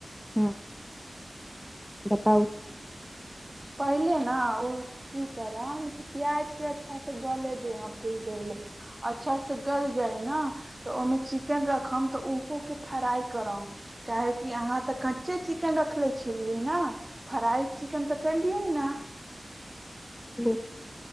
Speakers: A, on the left; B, on the right.
A: हँ बताउ
B: पहिले ने ओ की करब प्याजके अच्छासँ गले दे हम कछ दे ले अच्छासँ गल जाय ने तऽ ओहिमे चिकेन रखब तऽ ओहोके फ्राइ करब काहेकि अहाँ तऽ कच्चे चिकेन रखनेे छलियै ने फ्राइ चिकन तऽ केलियै ने
A: ह्म